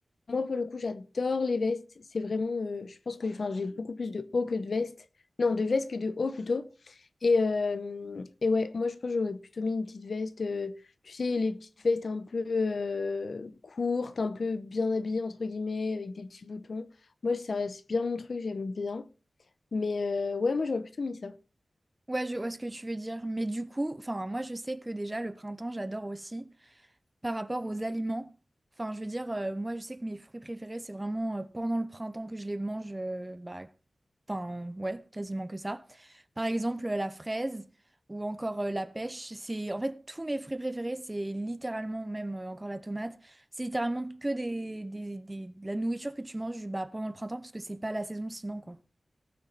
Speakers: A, on the left; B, on the right.
A: moi pour le coup j'adore les vestes. C'est vraiment euh, je pense que enfin j'ai beaucoup plus de haut que de veste. Non, de veste que de haut plutôt. Et, euh, et ouais, moi je pense que j'aurais plutôt mis une petite veste, euh, tu sais, les petites vestes un peu euh, courtes, un peu bien habillées entre guillemets, avec des petits boutons. Moi, ça, c'est bien mon truc, j'aime bien. Mais euh, ouais, moi j'aurais plutôt mis ça.
B: Ouais, je vois ce que tu veux dire, mais du coup, enfin moi je sais que déjà le printemps j'adore aussi par rapport aux aliments. Enfin, je veux dire, euh, moi, je sais que mes fruits préférés, c'est vraiment euh, pendant le printemps que je les mange, euh, bah, enfin, ouais, quasiment que ça. Par exemple, euh, la fraise ou encore euh, la pêche, c'est en fait tous mes fruits préférés, c'est littéralement, même euh, encore la tomate, c'est littéralement que des, des- des- de la nourriture que tu manges bah, pendant le printemps parce que c'est pas la saison sinon, quoi.